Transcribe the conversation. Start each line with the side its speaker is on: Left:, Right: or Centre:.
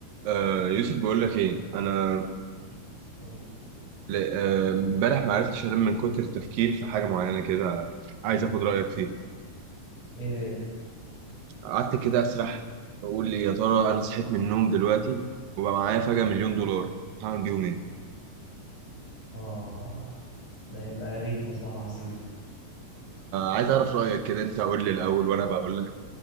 Right: آه يوسف بقول لك ايه انا
Left: ايه
Right: <clears throat> ل- آه، امبارح ما عرفتش انام من كتر التفكير في حاجه معينه كده عايز اخد رايك فيها
Left: هي
Right: قعدت كده اسرح اقول لي يا ترى انا صحيت من النوم دلوقتي وبقى معايا فجاه مليون دولار هعمل بيهم ايه
Left: اه ده يبقى يا ريت والله العظيم
Right: عايز اعرف رايك كده انت قول لي الاول وانا بقول لك